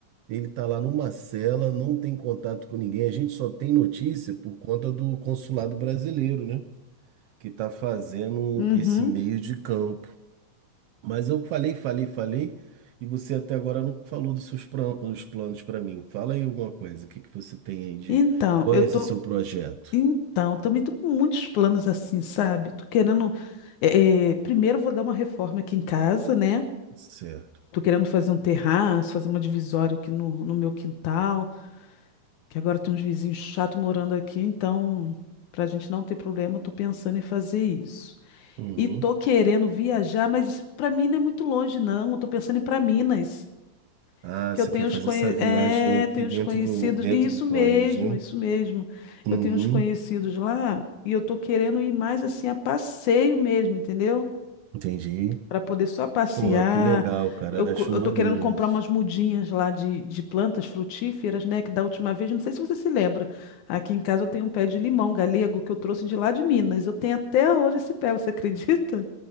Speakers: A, on the right; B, on the left.
A: ele tá lá numa cela, não tem contato com ninguém. A gente só tem notícia por conta do consulado brasileiro, né? Que tá fazendo
B: Uhum.
A: esse meio de campo. Mas eu falei, falei, falei, e você até agora não falou dos seus pran- os planos para mim. Fala aí alguma coisa, o que que você tem aí de.
B: Então,
A: Qual
B: eu
A: é
B: tô.
A: esse seu projeto?
B: Então, também tô com muitos planos assim, sabe? Tô querendo. é, é, primeiro, eu vou dar uma reforma aqui em casa, né?
A: certo
B: Tô querendo fazer um terraço, fazer uma divisória aqui no, no meu quintal, que agora tem uns vizinhos chatos morando aqui, então, pra gente não ter problema, eu tô pensando em fazer isso.
A: Uhum.
B: E tô querendo viajar, mas pra mim não é muito longe, não. Eu tô pensando em ir pra Minas,
A: Ah,
B: que
A: você
B: eu tenho
A: quer
B: uns,
A: fazer
B: conhe...
A: essa viagem
B: é,
A: aqui
B: tenho
A: dentro
B: uns conhecidos.
A: do, dentro
B: e Isso
A: do ProRiz,
B: mesmo,
A: né?
B: isso mesmo.
A: Uhum.
B: Eu tenho uns conhecidos lá e eu tô querendo ir mais assim a passeio mesmo, entendeu?
A: Entendi.
B: para poder só passear.
A: Porra, que legal, cara.
B: Eu, co-
A: Acho
B: eu
A: maneiro
B: tô querendo comprar
A: isso.
B: umas mudinhas lá de, de plantas frutíferas, né? Que da última vez, não sei se você se lembra, aqui em casa eu tenho um pé de limão galego que eu trouxe de lá de Minas. Eu tenho até hoje esse pé, você <laughs> acredita?